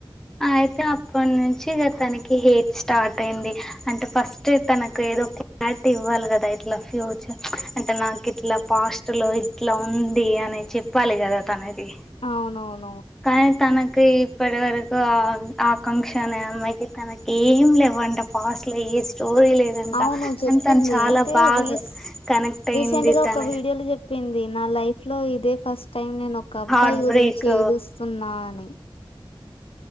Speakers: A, in the centre; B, on the left.
A: అయితే అప్పటి నుంచి ఇగా తనకి హెయిట్ స్టార్ట్ అయింది అంటే ఫస్ట్ తనకు ఏదో క్లారిటీ ఇవ్వాలి కదా ఇట్లా ఫ్యూచర్ అంటే నాకు ఇట్లా పాస్ట్ లో ఇట్లా ఉంది అని చెప్పాలి కదా తనది
B: అవునవును
A: కానీ తన ఇప్పటి వరకు ఆకాంక్షన్ అమ్మాయికి తనకి ఏం లేవంట పాస్ట్ లో ఏ స్టోరీ లేదంట
B: అవును చెప్పింది
A: కానీ తను చాలా
B: ఏంటి
A: బాగా
B: రీస్
A: కనెక్ట్ అయింది
B: రీసెంట్ గా
A: తన
B: ఒక వీడియో లో చెప్పింది నా లైఫ్ ఫ్లో ఇదే ఫస్ట్ టైం నేను ఒక అబ్బాయి
A: హార్ట్
B: గురించి
A: బ్రేక్
B: ఏడుస్తున్నా అని